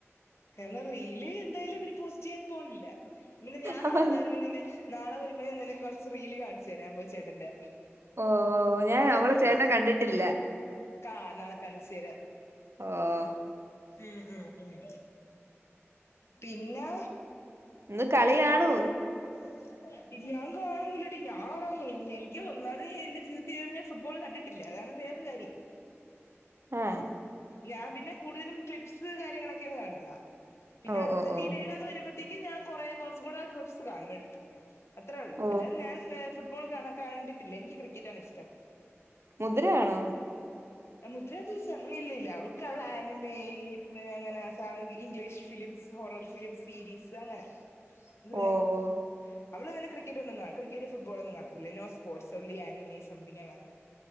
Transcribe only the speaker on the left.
കാരണം റീല് എന്തായാലും ഇവര് പോസ്റ്റ് ചെയ്യാൻ പോണില്ല ന്ന് ഞാൻ
നാളെ വരുമ്പ നിന്നേ നാളെ വരുമ്പോ ഞാ നിന്നെ കൊറച്ച് റീൽ കാണിച്ചരാൻ പോ ചേട്ടന്റെ
കിടപ്പുണ്ട്
കാ ളെ കാണിച്ചര
ഉം ഉം ഉം പിന്നെ
<unintelligible> ഇനി ഞാൻ കാണൂലടി ഞാറാാവ എനിക്ക് ഒന്നാത് എന്റെജീവ്ത്ത് യാങ്ങനെ ഫുട്ബോൾ കണ്ടി ട്ടില്ല അതാണ് വേറരു കാര്യം
ഞാൻ പിന്നെ കൂടുതലും ക്ലിപ്സ് കാര്യങ്ങളൊക്കെയാണ് കാണുന്ന പിന്നെ
അർജന്റീനയുടെ
അത് വരുമ്പോഴത്തേക്ക് ഞാൻ കുറേ കുറച്ചും കൂടെ ക്ലിപ്സ് കാണും എടു അത്രേള്ളൂ
അല്ലാതെ ഞാൻ ഞാ ഫുട്ബോൾ കാണാ കണ്ടിട്ടില്ല എനിക്ക് ക്രിക്കറ്റണ് ഇഷ്ടം
മുദ്രഫീസ ഇല്ലില്ല അവൾക്ക് അവള ആനിമേ അങ്ങനെ സാഹകി English films horror films series അങ്ങനെ ഇത്
വേറെ
അവള അങ്ങനെക്രിക്കറ്റ് ഒന്നും കാ ക്രിക്കറ്റ് ഫുട്ബോളന്നും കാണതില്ല നോ്പോർട്സ് ഓൻള്ളി ആനിമേ സംതിങ് ങ്ങനക്ക